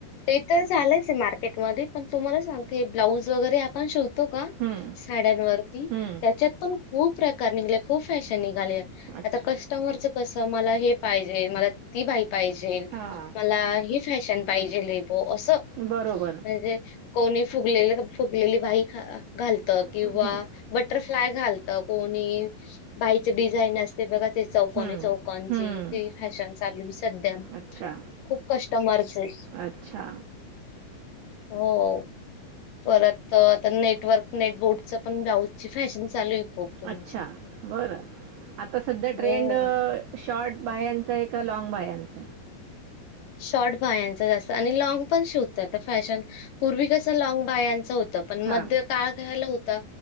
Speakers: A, on the left; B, on the right.
A: ते तर चालंयच आहे. मार्केटमध्ये पण तुम्हाला सांगते ब्लाउज वगैरे आपण शिव तो का
B: हं,
A: साड्यांवरती
B: हं.
A: त्याच्यात पण खूप प्रकार निघले खूप फॅशन आहे
B: अच्छा
A: आता कस्टमर च कस मला हे पाहिजे मला ती माहिती पाहिजे
B: हां
A: मला हे फॅशन पाहिजे हे हो अस
B: बरोबर
A: म्हणजे कोणी फुगलेल फुगलेली बाही घालत किंवा
B: हं,
A: बटर फ्लॉय घालत कोणी बाहीच डिझाईन असते बघा ते. ते चौकानी
B: हं,
A: चौकांन
B: हं.
A: ची ते फॅशन चालू सध्या
B: अच्छा,
A: खूप कस्टमरस आहे.
B: अच्छा,
A: हो, परत तर नेटवर्क नेटबोर्डचं पण ब्लाऊजची फॅशन चालू आहे. खूप तुम्हाला
B: अच्छा,
A: सांगते
B: बरं आता सध्या ट्रेंड
A: हो
B: शॉर्ट बाह्यांच का लॉग बाह्याच
A: शॉर्ट बाह्यच जास्त आणि लाँग पण शिवतात फॅशन पूर्वी कस लाँग बाह्याच होत. पण
B: हां,
A: मध्ये काळ घायला होता.